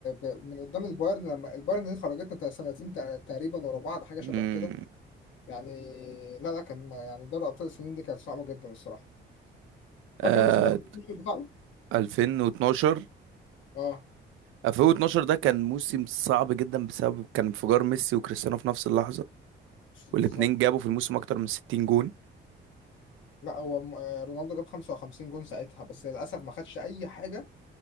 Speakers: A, on the left; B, on the right.
A: ب... من قدام البايرن لما البايرن دي خرجتنا تق- سنتين تق- تقريبا ورا بعض حاجه شبه
B: امم
A: كده يعني لا لا كان يعني دوري ابطال السنين دي كانت صعبه جدا الصراحه
B: آه
A: فاكر موسم 2012 بتاعه؟
B: 2012
A: اه
B: 2012 ده كان موسم صعب جدا بسبب كان انفجار ميسي وكريستيانو في نفس اللحظة
A: بالظبط
B: والاتنين جابوا في الموسم أكتر من 60 جون
A: لا هو م- آه، رونالدو جاب 55 جون ساعتها بس للاسف ما خدش اي حاجه